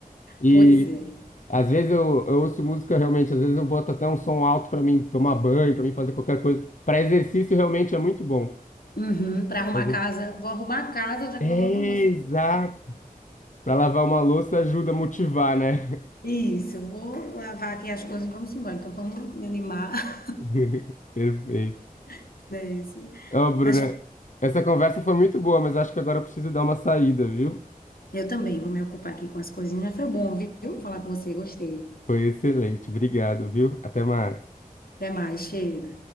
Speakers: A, on the left (about 55°); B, on the left (about 80°).
A: E
B: Pois é.
A: às vezes eu, eu ouço música realmente, às vezes eu boto até um som alto pra mim tomar banho, pra mim fazer qualquer coisa. Pra exercício realmente é muito bom.
B: Uhum, para arrumar
A: Ex-
B: a casa, vou arrumar a casa, já
A: É,
B: coloco música.
A: exato. Pra lavar uma louça ajuda a motivar, né?
B: Isso, vou lavar aqui as coisas, vamos embora. Então vamos me animar
A: <laughs> Perfeito.
B: <laughs> dessa.
A: Ô, Bruna,
B: Mas
A: essa conversa foi muito boa, mas acho que agora eu preciso dar uma saída, viu?
B: eu também vou me ocupar aqui com as coisinhas. Mas foi bom, viu? Falar com você, gostei.
A: Foi excelente. Obrigado, viu? Até mais.
B: Até mais, cheiro.